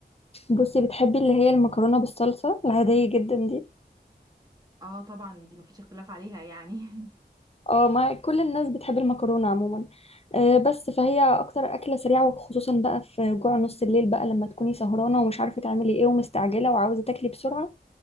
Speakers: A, on the left; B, on the right.
A: بصي بتحبي اللي هي المكرونه بالصلصه العاديه جدا دي
B: اه طبعا دي مفيش اختلاف عليها يعني <laughs>
A: اه ما كل الناس بتحب المكرونة عموما آه، بس فهي اكتر اكلة سريعة وخصوصا بقى في جوع نص الليل بقى لما تكوني سهرانة ومش عارفة تعملي ايه ومستعجلة وعاوزة تاكلي بسرعة